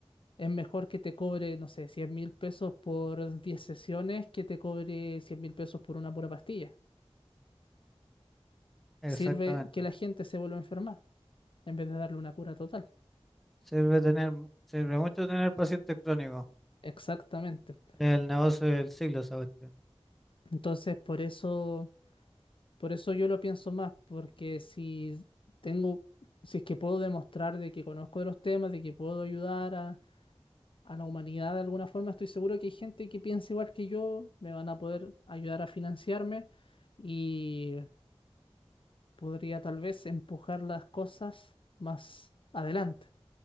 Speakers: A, on the left; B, in the centre.
A: Es mejor que te cobre, no sé, cien mil pesos por 10 sesiones que te cobre cien mil pesos por una pura pastilla.
B: Exactamente.
A: Sirve que la gente se vuelva a enfermar en vez de darle una cura total.
B: Sirve tener, mu- sirve mucho tener pacientes crónicos.
A: Exactamente.
B: El negocio del siglo, esa cuestión.
A: Entonces, por eso, por eso yo lo pienso más, porque si tengo, si es que puedo demostrar de que conozco de los temas, de que puedo ayudar a, a la humanidad de alguna forma, estoy seguro que hay gente que piensa igual que yo, me van a poder ayudar a financiarme. Y podría tal vez empujar las cosas más adelante,